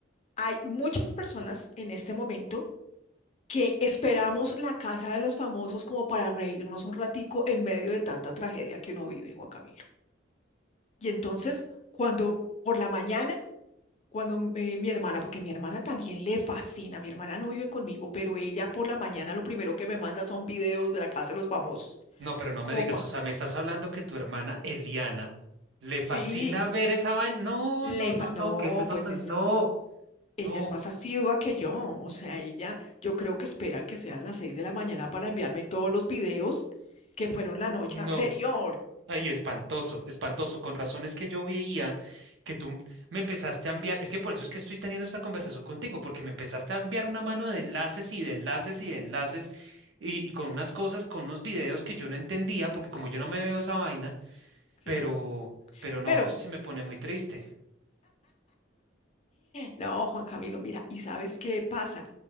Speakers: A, on the left (about 35°); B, on the right (about 70°).
A: hay muchas personas en este momento que esperamos la casa de los famosos como para reírnos un ratico en medio de tanta tragedia que uno vive, Juan Camilo. Y entonces, cuando por la mañana, cuando mm, eh, mi hermana, porque mi hermana también le fascina, mi hermana no vive conmigo, pero ella por la mañana lo primero que me manda son videos de la casa de los famosos,
B: No, pero no
A: como
B: me digas,
A: pa,
B: o sea, me estás hablando que tu hermana Eliana le fascina
A: sí,
B: ver esa vaina. No,
A: le
B: no, no,
A: fa-
B: no,
A: no,
B: ¿qué es eso
A: pues
B: tan?
A: es,
B: No,
A: ella
B: no,
A: es más asidua que yo, o sea, ella, yo creo que espera que sean las seis de la mañana para enviarme todos los videos que fueron la noche
B: no.
A: anterior,
B: Ay, espantoso, espantoso. Con razones que yo veía que tú me empezaste a enviar. Es que por eso es que estoy teniendo esta conversación contigo, porque me empezaste a enviar una mano de enlaces y de enlaces y de enlaces y, y con unas cosas, con unos videos que yo no entendía, porque como yo no me veo esa vaina,
A: sí,
B: pero, pero no,
A: pero
B: eso sí me pone muy triste.
A: no, Juan Camilo, mira, ¿y sabes qué pasa?